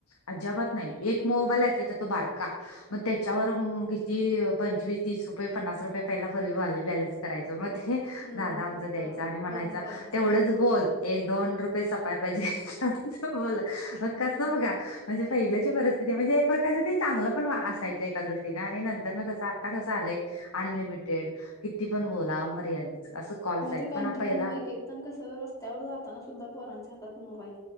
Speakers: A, on the left; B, on the left.
A: अजिबात नाही एक मोबाईल आहे तो बारका मग त्याच्यावर म किती पंचवीस तीस रुपये पन्नास रुपये पहिला पूर्वी वाले बॅलनस करायचं मग ते
B: हम्म
A: दादा आमचा
B: फक्त
A: द्यायचा आणि म्हणायचा
B: फोन करण्यासाठी
A: तेवढंच बोल एक दोन रुपये सपाय पाहिजे तेवढेच बोल मग
B: हम्म
A: कसं बघा म्हणजे पहिल्याची परिस्थिती म्हणजे एक प्रकारचं ते चांगलं पण असायचं एका दृष्टीनें आणि नंतर ना कसं आत्ता कसं आलंय अनलिमिटेड किती पण बोला मर्यादेच असं कॉल्स
B: मग
A: आहेत
B: ते कंटिन्यू
A: पण पहिला
B: होय की तन कसं रस्त्यावर जातना सुद्धा पोरांच्या हातात मोबाईल